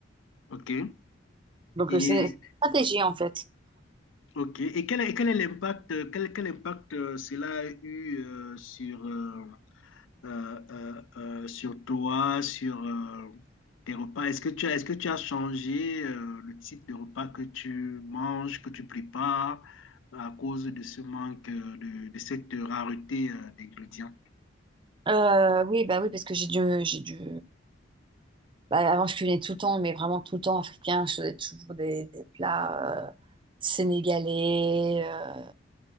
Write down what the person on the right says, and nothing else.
Donc,
euh, c'est une stratégie, en fait.
Euh, oui, bah oui, parce que j'ai dû, j'ai dû... bah, avant, je cuisinais tout le temps, mais vraiment tout le temps africain. Je faisais toujours des, des plats euh, sénégalais, euh,